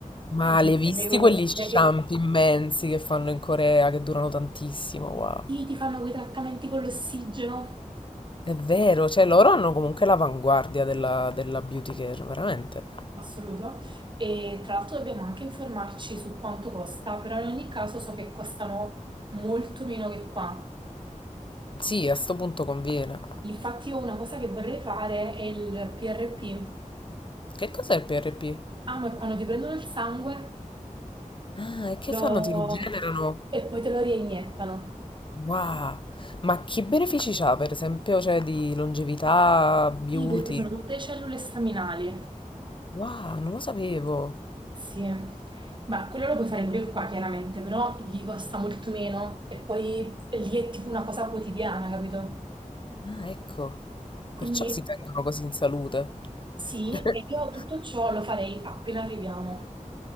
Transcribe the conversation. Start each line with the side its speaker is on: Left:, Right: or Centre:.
Left: Ma
Right: le,
Left: le hai visti
Right: le unghie,
Left: quegli shampoo
Right: che
Left: immensi che fanno in Corea che durano tantissimo? Wow.
Right: sì, ti fanno quei trattamenti con l'ossigeno,
Left: È vero, cioè loro hanno comunque l'avanguardia della, della beauty care, veramente.
Right: assoluto. E tra l'altro dobbiamo anche informarci su quanto costa, però in ogni caso so che costano molto meno che qua.
Left: Sì, a sto punto conviene.
Right: Infatti io una cosa che vorrei fare è il PRP.
Left: Che cos'è il PRP?
Right: Ah, ma è quando ti prendono il sangue
Left: Ah, e che
Right: lo-
Left: fanno? Ti rigenerano?
Right: e poi te lo reiniettano.
Left: Wow. Ma che benefici c'ha, per esempio, cioè di longevità, beauty?
Right: Sì, perché sono tutte cellule staminali.
Left: Wow, non lo sapevo.
Right: Sì, ma quello lo puoi fare pure qua chiaramente, però lì costa molto meno e poi lì è tipo una cosa quotidiana, capito?
Left: Ah, ecco.
Right: Quindi
Left: Perciò si tengono così in salute.
Right: sì,
Left: <laughs>
Right: e io tutto ciò lo farei appena arriviamo,